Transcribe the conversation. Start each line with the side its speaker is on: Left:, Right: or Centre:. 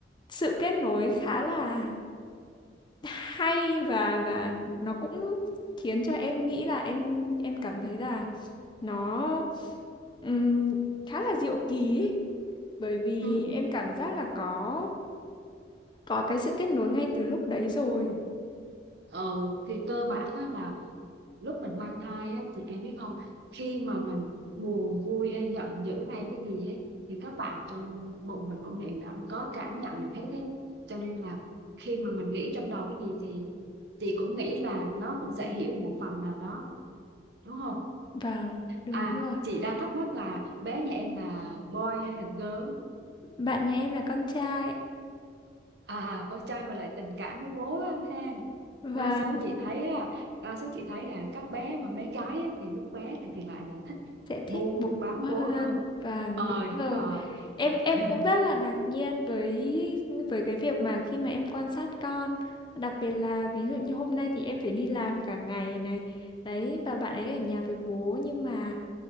Left: sự kết nối khá là hay và và nó cũng khiến cho em nghĩ là em em cảm thấy là nó ừm, khá là diệu kỳ ấy. bởi vì
Right: ừ,
Left: em
Right: ừ.
Left: cảm giác là có có cái sự kết nối ngay từ lúc đấy rồi
Right: ờ thì cơ bản là lúc mình mang thai á, thì em biết không khi mà mình buồn vui hay giận dữ hay cái gì ấy thì các bạn trong bụng mình cũng nghĩ đã có cảm nhận được hết đấy cho nên là khi mà mình nghĩ trong đầu cái gì thì chị cũng nghĩ là nó cũng sẽ hiểu một phần nào đó đúng không
Left: vâng đúng
Right: à
Left: rồi
Right: chị đang thắc mắc là bé nhà em là boy hay là girl
Left: Bạn nhà em là con trai
Right: à con trai mà lại tình cảm với bố á ha
Left: và
Right: đa số chị thấy á, đa số chị thấy là các bé mà bé gái á, thì lúc bé này thì lại là thích
Left: sẽ thích
Right: bu
Left: bố
Right: bám bố
Left: hơn
Right: hơn
Left: vâng
Right: ờ
Left: đúng
Right: đúng
Left: rồi
Right: rồi
Left: em em
Right: <laughs>
Left: cũng rất là ngạc nhiên với với cái việc mà khi mà em quan sát con đặc biệt là ví dụ như hôm nay thì em phải đi làm cả ngày này đấy và bạn ấy ở nhà với bố nhưng mà